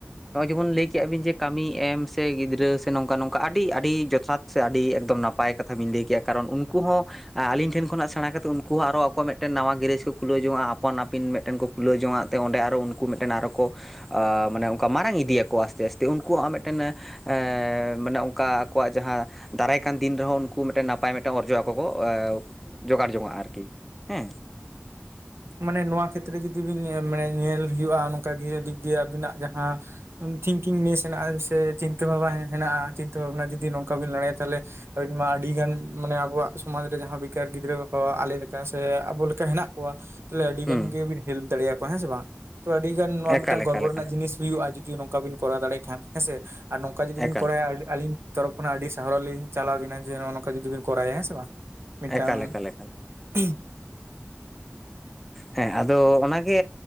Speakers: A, in the centre; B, on the right.
A: ᱱᱚᱜᱼᱚᱭ ᱡᱮᱢᱚᱱ ᱞᱟᱹᱭ ᱠᱮᱜᱼᱟ ᱵᱤᱱ ᱡᱮ ᱠᱟᱹᱢᱤ ᱮᱢ ᱥᱮ ᱜᱤᱫᱽᱨᱟᱹ ᱥᱮ ᱱᱚᱝᱠᱟ ᱱᱚᱝᱠᱟ ᱟᱹᱰᱤ ᱟᱹᱰᱤ ᱡᱚᱛᱷᱟᱛ ᱥᱮ ᱟᱹᱰᱤ ᱮᱠᱫᱚᱢ ᱱᱟᱯᱟᱭ ᱠᱟᱛᱷᱟ ᱵᱤᱱ ᱞᱟᱹᱭ ᱠᱮᱜᱼᱟ ᱠᱟᱨᱚᱱ ᱩᱱᱠᱩ ᱦᱚᱸ ᱮᱸ ᱟᱹᱞᱤᱧ ᱴᱷᱮᱱ ᱠᱷᱚᱱᱟᱜ ᱥᱮᱬᱟ ᱠᱟᱛᱮᱜ ᱩᱱᱠᱩ ᱦᱚᱸ ᱟᱨᱚ ᱟᱠᱚ ᱢᱤᱜᱴᱮᱱ ᱱᱟᱣᱟ ᱜᱮᱨᱮᱡᱽ ᱠᱚ ᱠᱷᱩᱞᱟᱹᱣ ᱡᱚᱝᱟ᱾ ᱟᱯᱟᱱ ᱟᱹᱯᱤᱱ ᱢᱤᱴᱮᱱ ᱠᱚ ᱠᱷᱩᱞᱟᱹᱣ ᱡᱚᱝᱟ᱾ ᱛᱮ ᱚᱸᱰᱮ ᱟᱨᱚ ᱩᱱᱠᱩ ᱢᱤᱫᱴᱮᱱ ᱟᱨᱚ ᱠᱚ ᱟ ᱢᱟᱱᱮ ᱚᱝᱠᱟ ᱢᱟᱨᱟᱝ ᱤᱫᱤᱭᱟᱠᱚ ᱟᱥᱛᱮ ᱟᱥᱛᱮ ᱩᱱᱠᱩᱣᱟᱜ ᱢᱤᱫᱴᱮᱱ ᱮ ᱮ ᱢᱟᱱᱮ ᱚᱝᱠᱟ ᱟᱠᱚᱣᱟᱜ ᱡᱟᱦᱟᱸ ᱫᱟᱨᱟᱭ ᱠᱟᱱ ᱫᱤᱱ ᱨᱮᱦᱚᱸ ᱩᱱᱠᱩ ᱢᱤᱴᱮᱱ ᱱᱟᱯᱟᱭ ᱢᱤᱴᱮᱱ ᱚᱨᱡᱚ ᱟᱠᱚ ᱠᱚ ᱮ ᱡᱚᱜᱟᱲ ᱡᱚᱝᱟᱜᱼᱟ ᱟᱨᱠᱤ ᱦᱮᱸ᱾
B: ᱢᱟᱱᱮ ᱱᱚᱣᱟ ᱠᱷᱮᱛᱨᱮ ᱡᱩᱫᱤ <unintelligible> ᱢᱟᱱᱮ ᱧᱮᱞ ᱦᱩᱭᱩᱜᱼᱟ ᱱᱚᱝᱠᱟ ᱜᱮ ᱫᱤᱠ ᱫᱤᱭᱮ ᱟᱵᱤᱱᱟᱜ ᱡᱟᱦᱟᱸ ᱛᱷᱤᱝᱠᱤᱝ ᱱᱮᱥ ᱦᱮᱱᱟᱜᱼᱟ ᱥᱮ ᱪᱤᱱᱛᱟᱹ ᱵᱷᱟᱵᱟ ᱦᱮᱱᱟᱜᱼᱟ ᱪᱤᱱᱛᱟᱹ ᱵᱷᱟᱵᱱᱟ ᱡᱩᱫᱤ ᱱᱚᱝᱠᱟ ᱵᱤᱱ ᱞᱟᱲᱟᱭᱟ ᱛᱟᱦᱞᱮ <unintelligible> ᱟᱹᱰᱤᱜᱟᱱ ᱢᱟᱱᱮ ᱟᱵᱚᱣᱟᱜ ᱥᱚᱢᱟᱡᱽ ᱨᱮ ᱡᱟᱦᱟᱸ ᱵᱮᱠᱟᱨ ᱜᱤᱫᱽᱨᱟᱹ ᱠᱚ ᱟᱞᱮ ᱞᱮᱠᱟ ᱥᱮ ᱟᱵᱚ ᱞᱮᱠᱟ ᱦᱮᱱᱟᱜ ᱠᱚᱣᱟ᱾ ᱛᱟᱦᱚᱞᱮ ᱟᱹᱰᱤ
A: ᱦᱩᱸ
B: ᱜᱟᱱ ᱜᱮᱵᱤᱱ ᱦᱮᱞᱯ ᱫᱟᱲᱮᱭᱟᱠᱚᱣᱟ ᱦᱮᱸ ᱥᱮ ᱵᱟᱝ, ᱛᱚ ᱟᱹᱰᱤ ᱜᱟᱱ ᱱᱚᱣᱟ
A: ᱮᱠᱟᱞ
B: ᱢᱤᱫᱴᱟᱝ ᱜᱚᱨᱵᱚ
A: ᱮᱠᱟᱞ ᱮᱠᱟᱞ
B: ᱨᱮᱱᱟᱜ ᱡᱤᱱᱤᱥ ᱦᱩᱭᱩᱜᱼᱟ ᱡᱩᱫᱤ ᱱᱚᱝᱠᱟ ᱵᱤᱱ ᱠᱚᱨᱟᱣ ᱫᱟᱲᱮᱭᱟᱜ ᱠᱷᱟᱱ ᱦᱮᱸᱥᱮ, ᱟᱨ ᱱᱚᱝᱠᱟ ᱡᱩᱫᱤ ᱵᱤᱱ
A: ᱮᱠᱟᱞ
B: ᱠᱚᱨᱟᱣᱟ ᱟᱞᱤ ᱟᱞᱤᱧ ᱛᱚᱨᱚᱯᱷ ᱠᱷᱚᱱᱟᱜ ᱟᱹᱰᱤ ᱥᱟᱦᱚᱨ ᱞᱤᱧ ᱪᱟᱞ ᱟᱵᱤᱱᱟ, ᱡᱮ ᱱᱚᱜᱼᱚ ᱱᱚᱝᱠᱟ ᱡᱩᱫᱤ ᱵᱤᱱ ᱠᱚᱨᱟᱭᱟ ᱦᱮᱸ ᱥᱮ ᱵᱟᱝ ᱢᱤᱫᱴᱟᱝ
A: ᱮᱠᱟᱞ ᱮᱠᱟᱞ ᱮᱠᱟᱞ
B: <unintelligible>
A: ᱦᱮᱸ ᱟᱫᱚ ᱚᱱᱟᱜᱮ